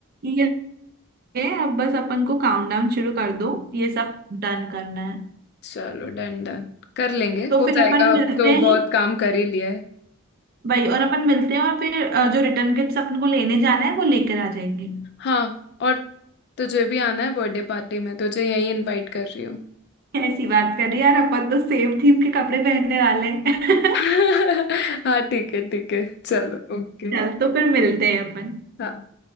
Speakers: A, on the right; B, on the left.
A: ये है अब बस अपन को काउंटडाउन शुरू कर दो ये सब डन करना है
B: चलो डन डन कर लेंगे
A: तो
B: हो
A: फिर
B: जाएगा
A: अपन मिलते
B: अब तो
A: हैं
B: बहुत काम कर ही लिया है
A: भाई और अपन मिलते हैं और फिर अ, जो रिटर्न किट्स अपन को लेने जाना है वो लेकर आ जाएंगे
B: हाँ और तुझे भी आना है बर्थडे पार्टी में तुझे यही इनवाइट कर रही हूँ
A: ऐसी बात कर रही यार अपन तो सेम थीम के कपड़े पहनने वाले हैं
B: <laughs>
A: <laughs>
B: हाँ ठीक है ठीक है चलो ओके
A: चल तो फिर मिलते हैं अपन
B: हाँ